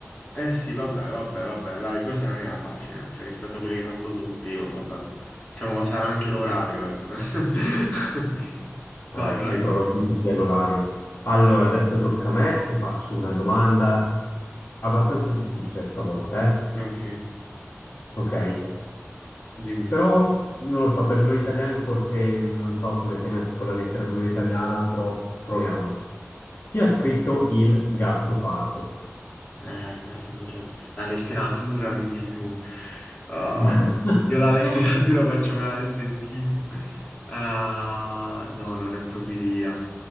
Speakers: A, on the left; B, on the left.
A: Eh sì, vabbè, vabbè, vabbè, dai, questa non era facile, cioè rispetto a quelli che hai fatto tu e io, vabbè. Diciamo, sarà anche l'orario, ecco. <laughs> Vai,
B: Eh, sì,
A: vai.
B: probabilmente sì, è l'orario. Allora, adesso tocca a me, ti faccio una domanda abbastanza difficile stavolta, eh?
A: Ok,
B: Ok,
A: dimmi.
B: però non lo so, per noi italiani forse non so come sei messo con la letteratura italiana, però proviamo. Chi ha scritto Il gatto pardo?
A: Eh, questa mica... La letteratura, mi dici tu. Ah,
B: <laughs>
A: io la letteratura <laughs> faccio veramente schifo. Ah, no, non ne ho proprio idea.